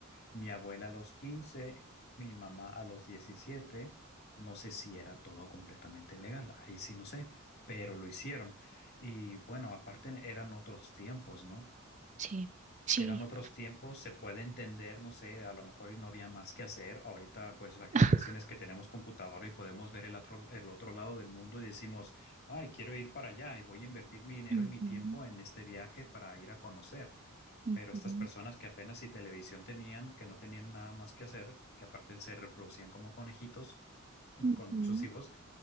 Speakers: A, on the left (about 50°); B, on the right (about 35°).
A: Mi abuela a los 15, mi mamá a los diecisiete, No sé si era todo completamente legal, ahí sí no sé, pero lo hicieron. Y bueno, aparte eran otros tiempos, ¿no?
B: Sí, sí.
A: Eran otros tiempos, se puede entender, no sé, a lo mejor y no había más que hacer. Ahorita, pues, las generaciones
B: <laughs>
A: que tenemos computadora y podemos ver el otro, el otro lado del mundo y decimos, ay, quiero ir para allá y voy a invertir mi dinero
B: Ujú,
A: y mi tiempo en este viaje para ir a conocer.
B: ujú,
A: Pero estas personas que apenas si televisión tenían, que no tenían nada más que hacer, que aparte se reproducían como conejitos <laughs>
B: ujú.
A: con muchos hijos,